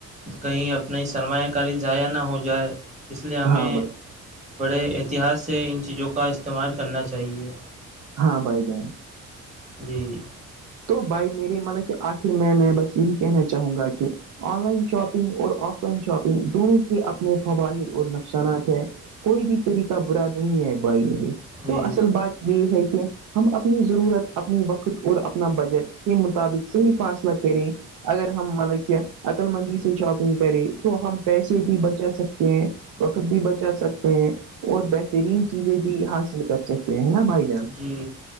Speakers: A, on the right; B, on the right.
A: کہیں اپنی سرمایہ کاری ضائع نہ ہو جائے اس لیے ہمیں
B: ہاں بھائی
A: بڑے احتیاط سے ان چیزوں کا استعمال کرنا چاہیے
B: ہاں بھائی جان
A: جی جی
B: تو بھائی میرے مطلب کہ آخر میں میں بس یہی کہنا چاہوں گا کہ آن لائن شاپنگ اور آف لائن شاپنگ دونوں کے اپنے فواہد اور نقصانات ہیں کوئی بھی تری کا برا نہیں ہے بھائی م
A: جی
B: تو اصل بات یہ ہے کہ ہم اپنی ضرورت ر اپنا بجٹ کے مطابق صحیح فاصلہ کریں اگر ہم مطلب کہ عقل مندی سے شاپنگ کریں تو ہم پیسے بھی بچا سکتے ہیں وقت بھی بچا سکتے ہیں اور بہترین چیزیں بھی حاصل کر سکتے ہیں نا بھائی
A: جی